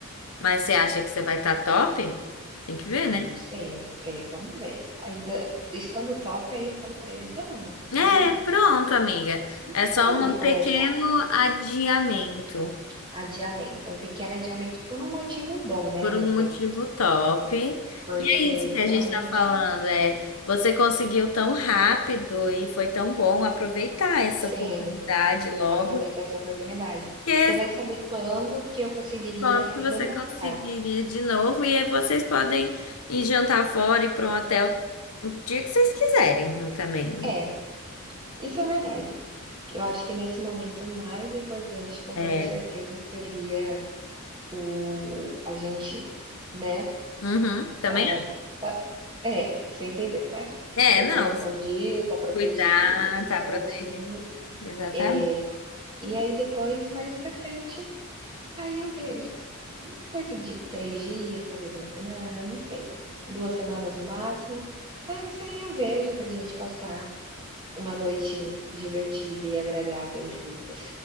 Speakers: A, on the left (about 80°); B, on the right (about 20°).
A: Mas você acha que você vai estar top? Tem que ver,
B: Ah,
A: né?
B: não sei, ami eh, vamos ver. Aí da estando top, aí eu falo para ele: "Vamos
A: É,
B: ali,
A: pronto, amiga.
B: Uhum,
A: É só
B: vamos
A: um
B: ali
A: pequeno
B: conversar".
A: adiamento
B: Adiamento, um pequeno adiamento por um motivo bom, né,
A: por
B: amiga,
A: um motivo top.
B: porque
A: E é isso que a
B: realmente
A: gente está falando, é você conseguiu tão rápido e foi tão bom aproveitar essa
B: sim.
A: oportunidade logo,
B: Aproveitar essa oportunidade,
A: porque
B: porque vai saber quando que eu conseguiria
A: quando que
B: remarcar.
A: você conseguiria de novo e aí vocês podem ir jantar fora e para um hotel o dia que vocês quiserem também.
B: É, isso é verdade. Eu acho que nesse momento o mais importante, com
A: É,
B: toda certeza, seria o a gente, né,
A: uhum, também.
B: tá tá é, você entendeu, né.
A: É,
B: Eu
A: É, não.
B: colocar o dia, tá protegida,
A: Cuidar,
B: tudo
A: tá
B: certinho.
A: protegido. Exatamente.
B: Eh, e aí depois, mais pra frente, Aí eu vejo, hum, coisa de 3 dias, talvez uma semana, não sei, 2 semanas no máximo, mas aí eu vejo da gente passar uma noite divertida e agradável juntas